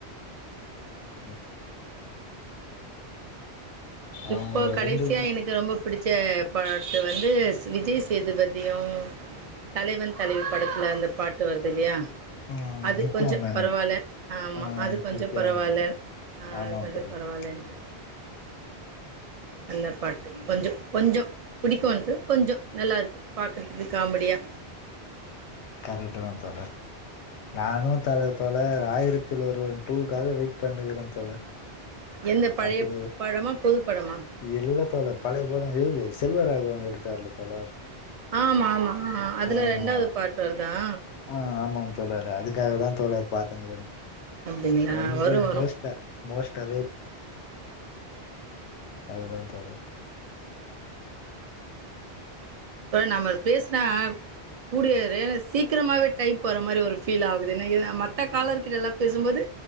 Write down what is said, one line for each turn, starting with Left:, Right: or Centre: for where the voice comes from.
Left: ம் அவங்க
Right: இப்போ கடைசியா
Left: ரெண்டு
Right: எனக்கு ரொம்ப பிடிச் பச்ச பாட்டு வந்து விஜய் சேதுபதியும் தலைவன் தலைவி படத்தில அந்த பாட்டு வருது இல்லையா
Left: ம்
Right: அது
Left: நித்யா
Right: கொஞ்சோ
Left: மேனன்
Right: பரவால்ல ஆமா
Left: ஆ
Right: அது கொஞ்சோ
Left: நித்யா
Right: பரவால்ல
Left: மேனன் ஆமாம்
Right: அது கொஞ்சோ
Left: தோழர்
Right: பரவாயில்ன்ட்டு அந்த பாட்டு கொஞ்சோ கொஞ்சோ பிடிக்கும்னுட்டு கொஞ்சோ நல்லா இருக்கு பாக்குறதுக்கு காமடியா
Left: கரெக்ட்டு தா நானு தல தோழர் ஆயிரத்தில் ஒரு ஒன் டூக்காக வெயிட் பண்ணுறே தோழர்
Right: எந்த பழைய
Left: ஆத்த
Right: படமா? புது படமா?
Left: இல்ல தோழர் பழைய படமா இவ செல்வராகவ ஆ <unintelligible> தோழர்
Right: ஆமா ஆமா ஆ அதுல
Left: ஆ
Right: ரெண்டாவது பார்ட் வரு ஆ
Left: ஆ ஆமாம் தோழர் அதுக்காக தா தோழர் பாத்து னுக்கிறே
Right: அப்டிங்களா
Left: ரொம்ப
Right: வரு வரு
Left: மோஸ்டா மோஸ்டா அதான் தோழர்
Right: நம்ம பேசினா கூடிய சீக்கிரமாவே டைம் போற மாரி ஒரு ஃபீல் ஆகுது என மத்த மத்த காலர்ருக்கிட்டலாம் பேசும்போது